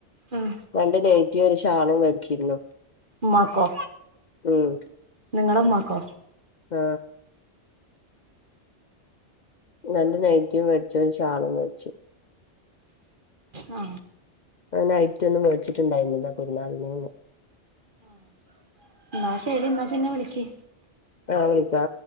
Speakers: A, on the right; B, on the left.
A: ഉം
B: രണ്ട് നൈറ്റി ഒരു ഷാളും മേടിച്ചിരുന്നു
A: ഉമ്മാക്കോ
B: ഉം
A: നിങ്ങള ഉമ്മാക്കോ
B: ആ രണ്ട് നൈയ്റ്റിം മേടിച്ചു ഒരു ഷാളും മേടിച്ചു
A: ആ
B: നൈറ്റിഒന്നും മേടിച്ചിട്ടുണ്ടായിരുന്നില്ലാ പൊരുന്നാളിനെന്ന്
A: ആ എന്നാ ശരി എന്നാ പിന്നെ വിളക്ക്
B: ആ അവനിക്കാ